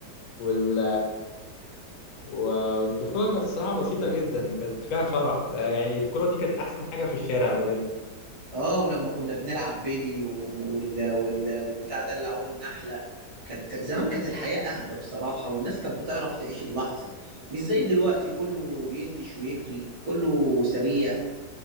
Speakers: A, on the left (about 65°); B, on the right (about 60°).
A: وال... والطفولة كانت الصراحة بسيطة جدا وكانت فيها فرح آه، يعني الكورة دي كانت أحسن حاجة في الشارع بجد
B: اه ولما كنا بنلعب بيلي ون- وال... وال... والبتاع ده اللي عوب النحله كانت زمان كانت الحياه اهدى بصراحه والناس كانت بتعرف تعيش اللحظه مش زي دلوقتي كله بينتش ويجري كله سريع